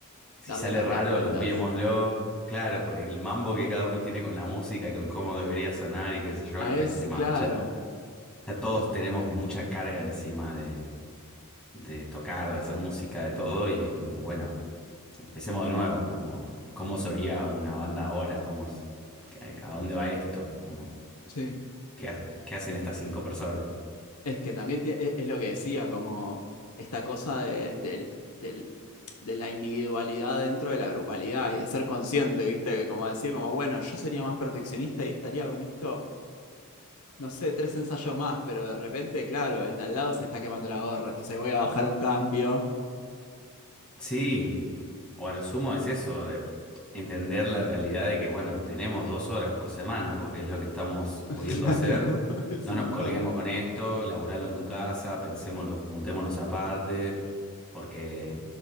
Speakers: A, in the centre; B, on the left.
A: si
B: darle
A: sale
B: tantas
A: raro,
B: vueltas.
A: lupiémoslo. Claro, porque el mambo que cada uno tiene con la música y con cómo debería sonar y qué sé yo,
B: Ah,
A: es,
B: es,
A: es de ma-
B: claro.
A: ya, ya todos tenemos mucha carga encima de, de tocar, de hacer música, de todo, y es como, bueno, empecemos de nuevo, como, cómo sería una banda ahora, cómo es, a dónde va esto, como.
B: Sí.
A: que, ha- que hacen estas cinco personas.
B: Es que también tie- es, es lo que decía, como esta cosa de, del- del- de la individualidad dentro de la grupalidad y de ser consciente, ¿viste? Como decir, como, bueno, yo sería más perfeccionista y estaría con esto, no sé, tres ensayos más, pero de repente, claro, el de al lado se está quemando la gorra, entonces voy a bajar un cambio.
A: Sí, o a lo sumo es eso, de entender la realidad de que, bueno, tenemos dos horas por semana, porque es lo que estamos pudiendo
B: <laughs> Claro,
A: hacer.
B: <laughs> es
A: No
B: un
A: nos
B: montón.
A: colguemos con esto, laburalo en tu casa, pensémoslo, juntémonos aparte, porque